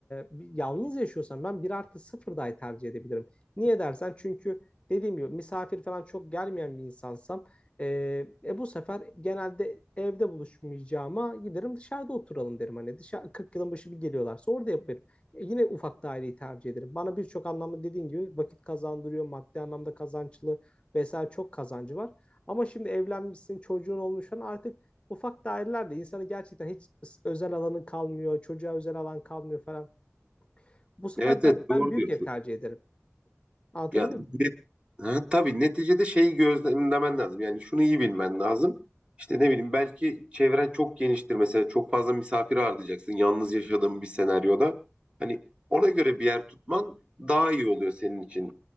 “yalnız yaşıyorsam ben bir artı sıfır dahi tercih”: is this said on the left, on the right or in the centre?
Left